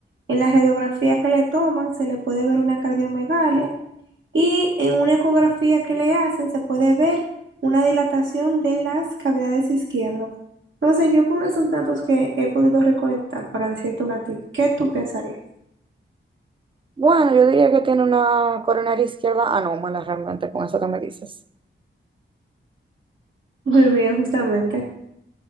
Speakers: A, on the right; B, on the right.
A: en la radiografía que le toman se le puede ver una cardiomegalia y en una ecografía que le hacen se puede ver una dilatación de las cavidades izquierdas. Entonces, yo con esos datos que he podido recolectar para decirte a ti, ¿qué tú pensarías?
B: Bueno, yo diría que tiene una coronaria izquierda anómala realmente con eso que me dices.
A: Muy bien, justamente.